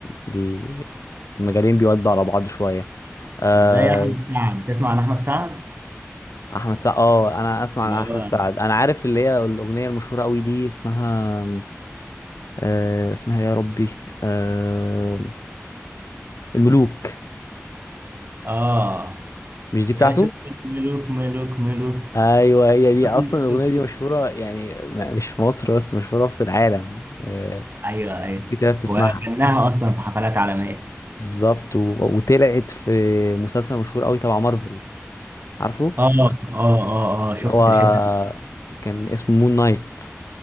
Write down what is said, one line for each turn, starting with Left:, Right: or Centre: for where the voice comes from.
Left: بي... المجالين بيودوا على بعض شويه آه
Right: زي احمد سعد تسمع عن احمد سعد
Left: احمد سعد اه انا اسمع عن
Right: اللي هو
Left: احمد سعد انا عارف اللي هي الاغنيه المشهوره قوي دي اسمها آه اسمها يا ربي آه الملوك
Right: اه
Left: مش دي
Right: يا
Left: بتاعته
Right: شوف ملوك ملوك ملوك
Left: ايوه هي دي
Right: مفيش
Left: اصلا الاغنيه
Right: سكوت
Left: دي مشهوره يعني م- مش في مصر بس مشهوره في العالم آه
Right: ايوه ايوه
Left: ناس كتير بتسمعها
Right: وغناها اصلا في حفلات عالميه
Left: بالظبط و... وطلعت في مسلسل مشهور قوي تبع مارفل عارفه
Right: اه
Left: لا
Right: اه اه اه شفت
Left: اللي هو
Right: الحته دي
Left: كان اسمه مون نايت